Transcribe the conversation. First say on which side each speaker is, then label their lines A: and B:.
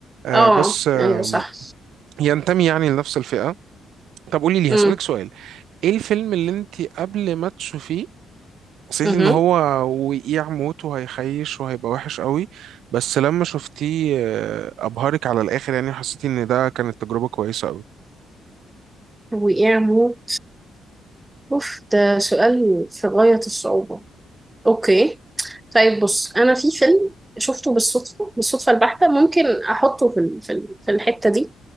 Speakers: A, on the right; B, on the right.
A: آه،
B: آه
A: بس آه،
B: أيوه صح
A: ينتمي يعني لنفس الفئة طب قولي لي
B: امم
A: هسألك سؤال ايه الفيلم اللي انت قبل ما تشوفيه حسيتي
B: امم
A: ان هو وقيع موت وهيخيش وهيبقى وحش قوي بس لما شفتيه آه، ابهرك على الاخر يعني حسيتي ان ده كانت تجربة كويسة قوي
B: وإعمو أوف ده سؤال في غاية الصعوبة أوكي طيب بص أنا في فيلم شفته بالصدفة بالصدفة البحتة ممكن أحطه في ال- في ال- في الحتة دي